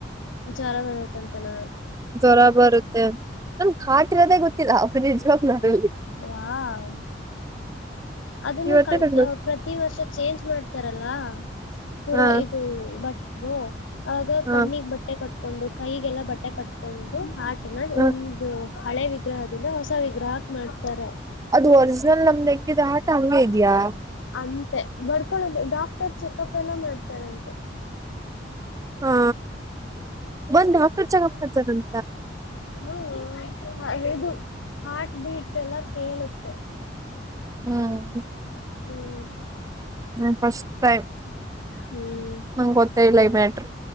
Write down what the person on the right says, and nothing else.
ಜ್ವರ ಬರುತ್ತೆ ನನಗೆ ಹಾರ್ಟ್ ಇರೋದೇ ಗೊತ್ತಿಲ್ಲ ನಿಜವಾಗ್ಲೂ ಅದ್ರಲ್ಲಿ
ಇವತ್ತೇ
ನಂಗ
ಹಾ
ಹಾ
ಹ
ಅದು ಒರಿಜಿನಲ್ ನಮ್ದ ಹೆಂಗಿದೆ ಹಾರ್ಟ್ ಹಂಗೇ ಇದೆಯಾ
ಹಾ ಬಂದು ಡಾಕ್ಟರ್ ಚೆಕಪ್ ಮಾಡ್ತಾರಂತ
ಹ್ಮ್
ಹ ಫಸ್ಟ್ ಟೈಮ್
ನಂಗೆ ಗೊತ್ತ ಇಲ್ಲ ಈ ಮ್ಯಾಟರ್